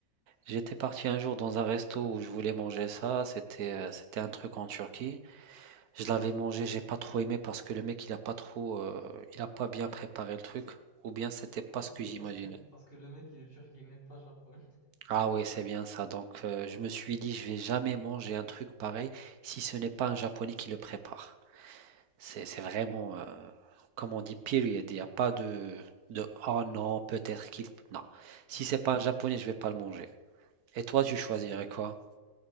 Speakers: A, on the right; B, on the left.
A: J'étais parti un jour dans un resto où je voulais manger ça. C'était euh, c'était un truc en Turquie. Je l'avais mangé, j'ai pas trop aimé parce que le mec il a pas trop, euh, il a pas bien préparé le truc. Ou bien c'était pas
B: Parce
A: ce que
B: que, parce
A: j'imaginais.
B: que, parce que le mec, il est turc, il n'est pas japonais.
A: Ah ouais, c'est bien ça. Donc, euh, je me suis dit, je vais jamais manger un truc pareil si ce n'est pas un Japonais qui le prépare. C'est, c'est vraiment, euh, comme on dit, period. Il n'y a pas de, de, oh non, peut-être qu'il... Non.
B: Hmm,
A: Si c'est pas un Japonais,
B: Ouais.
A: je vais pas le manger. Et toi, tu choisirais quoi?